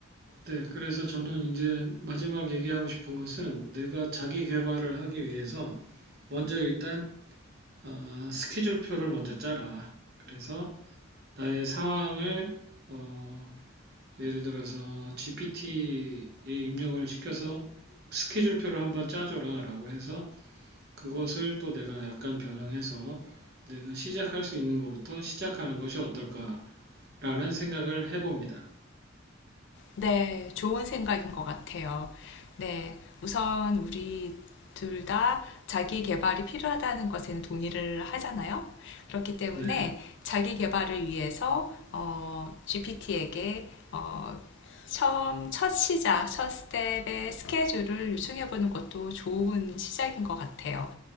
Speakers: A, on the right; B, on the left.
A: 네, 그래서 저는 이제 마지막 얘기하고 싶은 것은 내가 자기 개발을 하기 위해서 먼저 일단 어, 스케줄표를 먼저 짜라. 그래서 나의 상황을 어, 예를 들어서 GPT에 입력을 시켜서 스케줄표를 한번 짜줘라라고 해서 그것을 또 내가 약간 변형해서 내가 시작할 수 있는 것부터 시작하는 것이 어떨까라는 생각을 해봅니다.
B: 네, 좋은 생각인 것 같아요. 네, 우선 우리 둘 다 자기 개발이 필요하다는 것에는 동의를 하잖아요. 그렇기 때문에
A: 네,
B: 자기 개발을 위해서 어, GPT에게 어, 처음 첫 시작, 첫 스텝의 스케줄을 요청해 보는 것도 좋은 시작인 것 같아요.